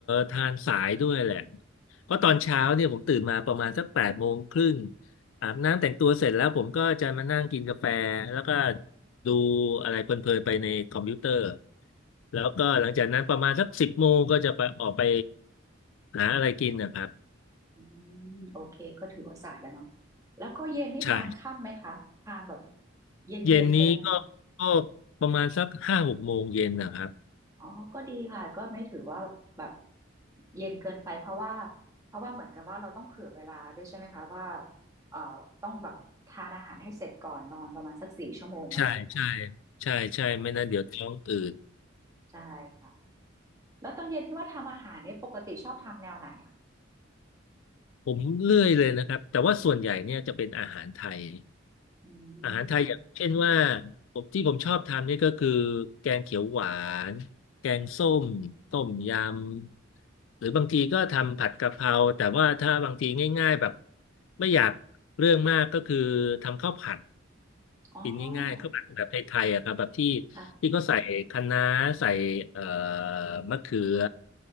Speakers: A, on the left; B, on the right.
A: ทานสายด้วยแหละเพราะตอนเช้าเนี่ยผมตื่นมาประมาณสักแปดโมงครึ่งอาบน้ำแต่งตัวเสร็จแล้วผมก็จะมานั่งกินกาแฟแล้วก็ดูอะไรเพลินๆไปในคอมพิวเตอร์แล้วก็หลังจากนั้นประมาณสักสิบโมงก็จะไปออกไปหาอะไรกินนะครับ
B: อืมโอเคก็ถือว่าสายแล้วเนาะแล้วก็เย็นนี่ทานค่ำไหมคะทานแบบ
A: ใช่
B: เย็นเย็นไปเลยไหม
A: เย็นนี้ก็ก็ประมาณสักห้าหกโมงเย็นนะครับ
B: อ๋อก็ดีค่ะก็ไม่ถือว่าแบบเย็นเกินไปเพราะว่าเพราะว่าเหมือนกับว่าเราต้องเผื่อเวลาด้วยใช่ไหมคะว่าเอ่อต้องแบบทานอาหารให้เสร็จก่อนนอนประมาณสักสี่ชั่วโมงอะไรอย่างเงี้ย
A: ใช่ใช่ใช่ใช่ไม่นั้นเดี๋ยวท้องอืด
B: ค่ะใช่ค่ะแล้วตอนเย็นที่ว่าทำอาหารเนี่ยปกติชอบทำแนวไหนอะคะ
A: ผมเลื่อยเลยนะครับแต่ว่าส่วนใหญ่เนี่ยจะเป็นอาหารไทย
B: อื
A: อาหารไทยอย่างเช่นว่า
B: ม
A: ผมที่ผมชอบทำนี่ก็คือแกงเขียวหวานแกงส้มต้มยำหรือบางทีก็ทำผัดกะเพราแต่ว่าถ้าบางทีง่ายๆแบบไม่อยากเรื่องมากก็คือทำข้าวผัด
B: อ๋อ
A: กินง่ายๆข้าวผัดแบบไทยๆอะครับแบบที่
B: ค่ะ
A: ที่เขาใส่คะน้าใส่เอ่อมะเขือ